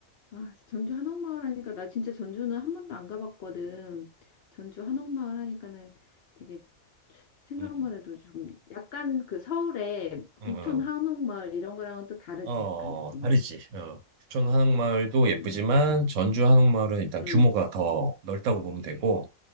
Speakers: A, on the left (about 60°); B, on the right (about 70°).
A: 아, 전주 한옥마을 하니까 나 진짜 전주는 한 번도 안 가봤거든. 전주 한옥마을 하니까는 되게 생각만
B: 음,
A: 해도 좀 약간 그 서울의
B: 음,
A: 북촌
B: 음. 음.
A: 한옥마을 이런 거랑은 또 다르지
B: 어,
A: 약간 느낌이.
B: 어, 다르지. 어. 부천 한옥마을도
A: 음,
B: 예쁘지만 전주 한옥마을은 일단
A: 음,
B: 규모가 더 넓다고 보면 되고